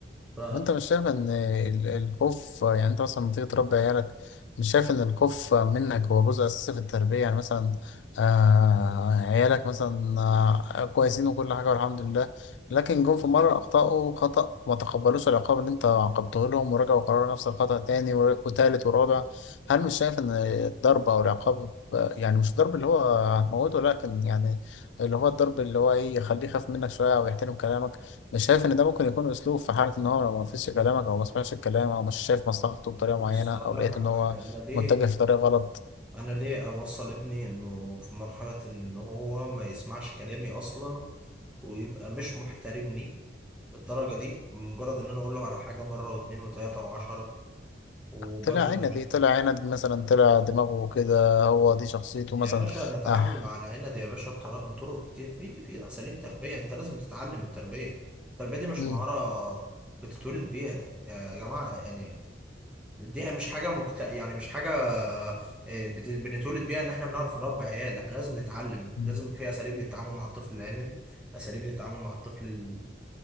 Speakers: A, in the centre; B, on the left.
A: ف
B: طب انت مش شايف ان ال- الخوف يعني انت مثلا لما تيجي تربي عيالك مش شايف ان الخوف منك هو جزء اساسي في التربية يعني مثلا آه عيالك مثلا آه كويسين وكل حاجة والحمد لله لكن جم في مرة اخطأوا خطأ ما تقبلوش العقاب اللي انت عاقبته لهم ورجعوا قرروا نفس الخطأ تاني ور- وتالت ورابع هل مش شايف ان الضرب او العقاب آه، يعني مش الضرب اللي هو هتموته لكن يعني اللي هو الضرب اللي هو ايه يخليه يخاف منك شوية او يحترم كلامك مش شايف ان ده ممكن يكون اسلوب في حاله ان هو لو ما فيش كلامك او ما سمعش الكلام او مش شايف مصلحته بطريقه
A: بص
B: معينه
A: اقول
B: او
A: لك
B: لقيت
A: على
B: ان هو
A: حاجه انا ليه
B: متجه في طريق غلط
A: انا ليه اوصل ابني انه في مرحله ان هو ما يسمعش كلامي اصلا ويبقى مش محترمني الدرجه دي مجرد ان انا اقول له على حاجه مره واتنين وتلاته وعشره وبرضه
B: طلع عينه
A: نعملها
B: دي طلع عينه دي مثلا طلع دماغه كده هو دي شخصيته
A: يا
B: مثلا
A: باشا نتعامل
B: اه
A: مع العنب يا باشا بطرق بطرق كتير في في اساليب تربيه انت لازم تتعلم التربيه التربيه دي مش
B: مم.
A: مهاره بتتولد بيها يا جماعه يعني دي مش حاجه مكت... يعني مش حاجه آه، بت... بنتولد بيها ان احنا بنعرف نربي عيال احنا لازم نتعلم
B: مم.
A: لازم في اساليب للتعامل مع الطفل العنيدي اساليب للتعامل مع الطفل ال